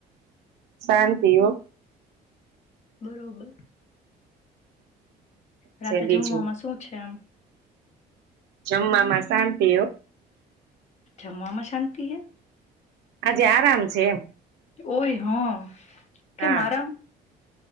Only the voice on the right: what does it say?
શાંતિઓ.
છે બીજું
જમવામાં શાંતિ હો
આજે આરામ છે.
હા